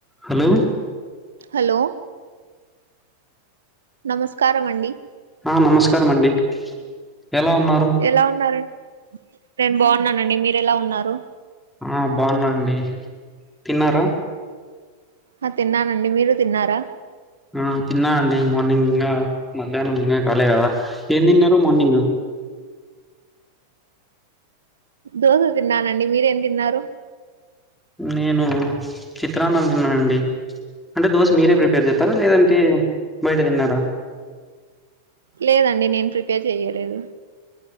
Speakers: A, in the centre; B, on the right (about 70°).
A: హలో
B: హలో నమస్కారం అండి
A: ఆ నమస్కారం అండి ఎలా ఉన్నారు
B: ఎలా ఉన్నారు నేను బాగున్నానండి మీరు ఎలా ఉన్నారు
A: ఆ బాగున్నాండి తిన్నారా
B: ఆ తిన్నానండి మీరు తిన్నారా
A: ఆ తిన్నాండి మార్నింగ్ ఇంకా మధ్యాహ్నం ఇంకా కాలే కదా ఏం తిన్నారు మార్నింగ్
B: దోశ తిన్నానండి మీరేం తిన్నారు
A: నేను చిత్రాన తిన్నా అండి అంటే దోశ మీరే ప్రిపేర్ చేస్తారా లేదంటే బయట తిన్నారా
B: లేదండి నేను ప్రిపేర్ చెయ్యలేదు